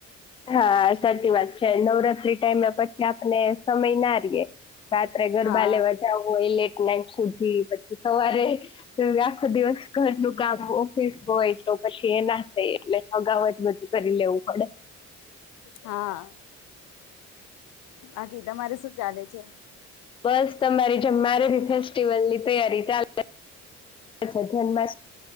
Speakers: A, on the left; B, on the left.
A: હા સાચી વાત છે. નવરાત્રી ટાઈમે પછી આપને સમય ના રીય. રાત્રે ગરબા
B: હા
A: લેવા જવું હોય લેટ નાઈટ સુધી પછી સવારે આખો દિવસ ઘરનું કામ ઓફિસ હોય તો પછી એ ના થાય એટલે અગાઉ જ બધું કરી લેવું પડે.
B: હા. બાકી તમારે શું ચાલે છે.
A: બસ તમારી જેમ મારે બી ફેસ્ટિવલની તૈયારી ચાલે. અચ્છા ધનમાંસ